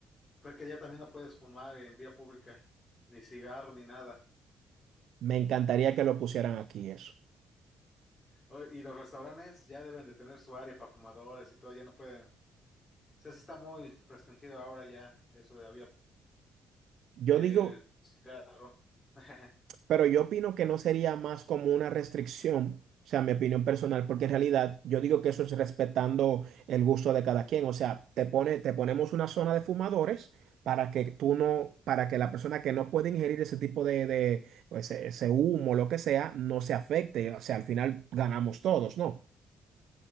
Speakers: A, on the left; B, on the right.
A: fue que ya también no puedes fumar en vía pública, ni cigarro, ni nada.
B: Me encantaría que lo pusieran aquí eso.
A: O- Y los restaurantes ya deben de tener su área para fumadores y todo, ya no pueden. O sea, sí está muy restringido ahora ya eso de la vía
B: Yo
A: del
B: digo,
A: cigarro. <laughs>
B: Pero yo opino que no sería más como una restricción, o sea, mi opinión personal, porque en realidad yo digo que eso es respetando el gusto de cada quien, o sea, te pone, te ponemos una zona de fumadores para que tú no, para que la persona que no puede ingerir ese tipo de, de o ese, ese humo, lo que sea, no se afecte, o sea, al final ganamos todos, ¿no?